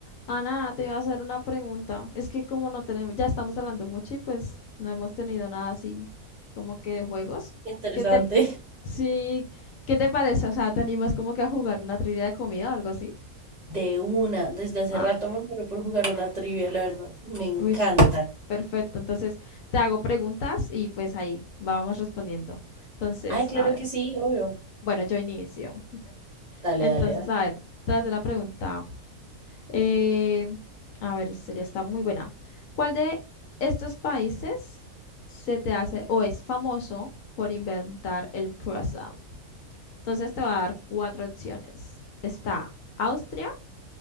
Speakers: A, on the left; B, on the right.
A: Ana, te iba a hacer una pregunta. Es que como no tenemos, ya estamos hablando mucho y pues no hemos tenido nada así como que de juegos.
B: Interesante.
A: ¿Qué te, sí, qué te parece? O sea, ¿te animas como que a jugar una trivia de comida o algo así?
B: De una, desde hace
A: Va.
B: rato me muero por jugar una trivia, la verdad. Me encantan.
A: Uy, perfecto. Entonces, te hago preguntas y pues ahí vamos respondiendo. Entonces,
B: Ay, claro
A: a ver.
B: que sí, obvio.
A: Bueno, yo inicio.
B: Dale,
A: Entonces,
B: dale, dale.
A: a ver, te voy a hacer la pregunta. Eh, a ver, esta ya está muy buena. ¿Cuál de estos países se te hace o es famoso por inventar el croissant? Entonces te voy a dar cuatro opciones. Está Austria,